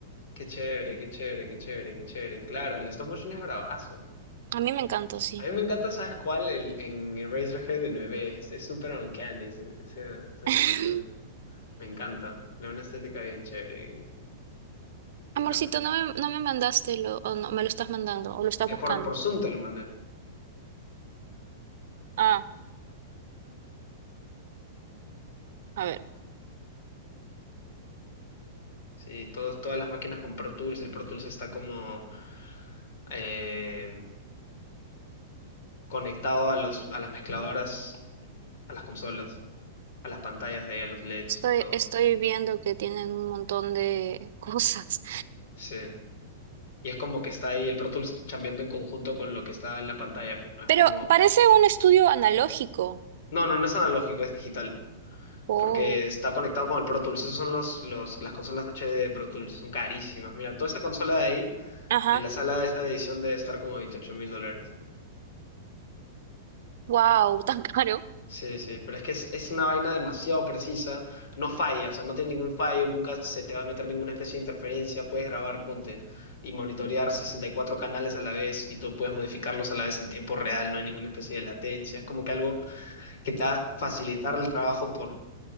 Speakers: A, on the left; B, on the right.
A: Qué chévere, qué chévere, qué chévere, qué chévere. Claro, el stop motion es bravazo.
B: A mí me encanta, sí.
A: A mí me encanta, ¿sabes cuál? El, en Eraserhead, el bebé. Es es súper uncanny ese- ese- esa animación.
B: <laughs>
A: Me encanta. Le da una estética bien chévere. Me me
B: Amorcito,
A: encanta.
B: no me, no me mandaste lo, o no, me lo estás mandando, o lo estás
A: Es por,
B: buscando.
A: por Zoom te lo mandé.
B: Ah, a ver.
A: Sí, todos, todas las máquinas con Pro Tools. El Pro Tools está como eh, conectado a los, a las mezcladoras, a las consolas, a las pantallas de ahí, a los LEDs,
B: Estoy,
A: todo.
B: estoy viendo que tienen un montón de <laughs> cosas.
A: Sí. Y es como que está ahí el Pro Tools chambeando en conjunto con lo que está en la pantalla, pues no es
B: Pero
A: como...
B: parece un estudio analógico.
A: No, no, no es analógico, es digital.
B: Oh.
A: porque está conectado con el Pro Tools. Esos son los, los, las consolas HD de Pro Tools, son carísimas. Mira, toda esa consola de ahí,
B: Ajá.
A: en la sala de esta edición debe estar como veintiocho mil dólares.
B: Wow, tan caro.
A: Sí, sí, pero es que es, es una vaina demasiado precisa, no falla, o sea, no tiene ningún fallo, nunca se te va a meter ninguna especie de interferencia, puedes grabar, ponte, y monitorear 64 canales a la vez y tú puedes modificarlos a la vez en tiempo real, no hay ninguna especie de latencia, es como que algo que te va a facilitar el trabajo por,